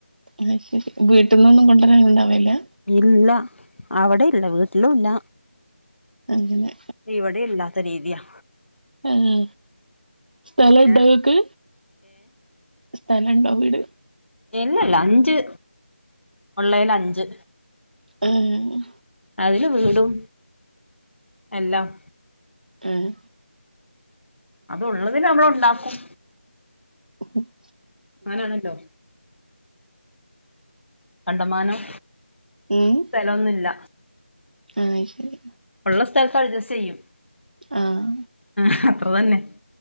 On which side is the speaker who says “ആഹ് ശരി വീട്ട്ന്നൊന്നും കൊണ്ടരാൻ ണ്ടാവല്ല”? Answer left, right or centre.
Right